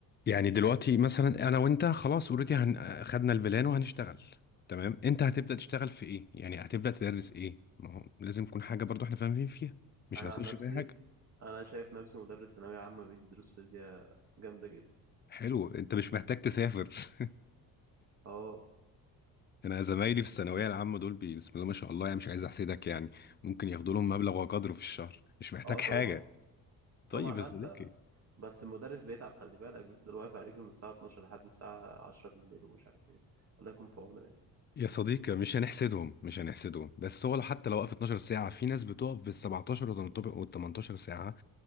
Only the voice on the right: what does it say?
انا
عن نفسي
انا شايف نفسي مدرس ثانويه عامه بيدي دروس فيزياء جامده جدا
اه
اه طبعا
طبعا لا
انت بس المدرس بيتعب خلي بالك بيفضل واقف على رجله من الساعه 12 لحد الساعه 10 بالليل ومش عارف ايه الله يكون في عونه يعني.